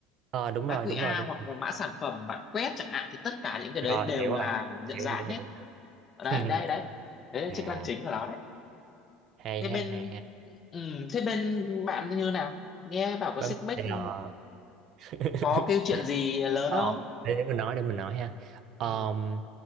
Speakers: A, on the right (about 50°); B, on the left (about 30°).
A: ờ đúng
B: mã
A: rồi
B: QR
A: đúng rồi đúng
B: hoặc
A: rồi
B: là mã sản phẩm bạn quét chẳng hạn thì tất cả những cái
A: rồi
B: đấy đều
A: hiểu rồi
B: là nhận
A: hiểu
B: dạng
A: hiểu hiểu,
B: hết
A: hiểu.
B: đấy
A: <laughs>
B: đấy đấy đấy là
A: à
B: chức năng chính của nó đấy
A: hay
B: thế bên
A: ha hay ha
B: ừ, thế bên bạn như nào nghe bảo có
A: bấm
B: xích mích ừ,
A: Ờ. <laughs>
B: có cái chuyện gì lớn
A: Ờ,
B: không
A: để, để mình nói để mình nói ha
B: ừ
A: Ờm,